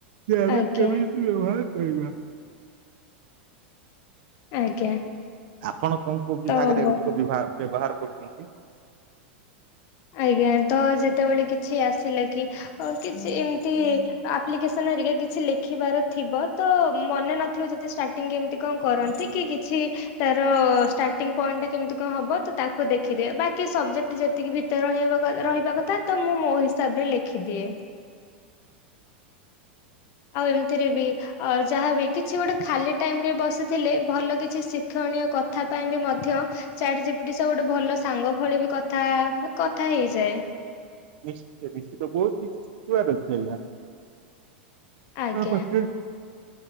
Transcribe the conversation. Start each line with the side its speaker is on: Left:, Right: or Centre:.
Right: ଯେ ଆମେ
Left: ଆଜ୍ଞା
Right: କେମିତି ବ୍ୟବହାର କରିବା।
Left: ଆଜ୍ଞା।
Right: ଆପଣ କୋଉ କୋଉ ବିଭାଗରେ
Left: ତ ହବ
Right: ଏଗୁଡିକ ବିବାହର ବ୍ୟବହାର କରୁଚନ୍ତି।
Left: ଆଜ୍ଞା ତ ଯେତେବେଳେ କିଛି ଆସିଲା କି ଅ କିଛି ଏମିତି ଆପ୍ଲିକେସନ ହେରିକା କିଛି ଲେଖିବାର ଥିବ ତ ମନେ ନଥିବ ଯଦି ଷ୍ଟାର୍ଟିଂ କେମିତି କଣ କରନ୍ତି କି କିଛି ତାର ଷ୍ଟାର୍ଟିଂ ପଏଣ୍ଟ ଟା କେମିତି କଣ ହବ ତ ତାକୁ ଦେଖିଦିଏ ବାକି ସବଜେକ୍ଟ ଯେତିକି ଭି ତେ ରହିବା କ ରହିବା କଥା ତ ମୁଁ ମୋ ହିସାବରେ ଲେଖିଦିଏ ଆଉ ଏମିତିରେ ବି ଆ ଯାହାବି କିଛି ଗୋଟେ ଖାଲି ଟାଇମ ରେ ବସିଥିଲେ ଭଲ କିଛି ଶିକ୍ଷଣୀୟ କଥା ପାଇଁ ବି ମଧ୍ୟ ଚାଟ ଚିପିଟି ସବୁ ଗୋଟେ ଭଲ ସାଙ୍ଗ ଭଳି ବି କଥା କଥା ହେଇଯାଏ।
Right: ନିଶ୍ଚୟ ନିଶ୍ଚିତ ବହୁତ କିଛି ଶିଖିବାର ଅଛି ଆଜ୍ଞା।
Left: ଆଜ୍ଞା।
Right: କା ପାଖେ